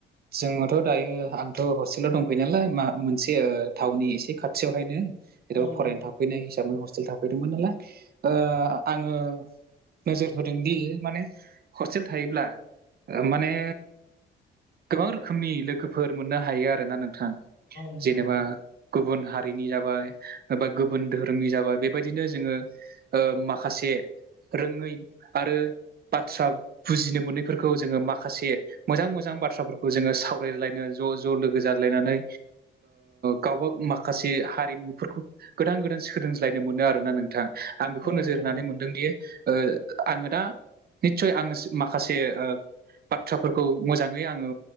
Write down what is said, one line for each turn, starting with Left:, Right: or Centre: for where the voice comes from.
Right: जोंङोथ' दायो आंथ' हस्टेलाव दंफैयो नालाय मा मोनसे थाउननि एसे खाथियावहायनो जेन'बा
Left: औ नोंथां
Right: फरायनो थाफैनाय
Left: औ
Right: हिसाबै हस्टेल थाफैदोंमोन नालाय
Left: औ
Right: आङो नोजोर होदोंदि माने हस्टेल थायोब्ला माने गोबां रोखोमनि लोगोफोर मोननो हायो आरोना नोंथां
Left: नोंथां
Right: जेनेबा गुबुन हारिनि जाबाय बबा गुबुन धहोरोमनि जाबाय बेबायदिनो जोङो माखासे रोङै आरो बाथ्रा बुजिनो मोनैफोरखौ जोङो माखासे मोजां मोजां बाथ्राफोरखौ जोङो सावरायलायनो ज' ज' लोगो जाज्लायनानै गावबा माखासे हारिमुफोरखौ गोदान गोदान सोलोंज्लायनो मोनो आरोना नोंथां आं बेखौ
Left: औ
Right: नोजोर
Left: नोंथां
Right: होनानै मोनदोंदि आङो दा निसय आङो माखासे बाथ्रा खौ मोजाङै आङो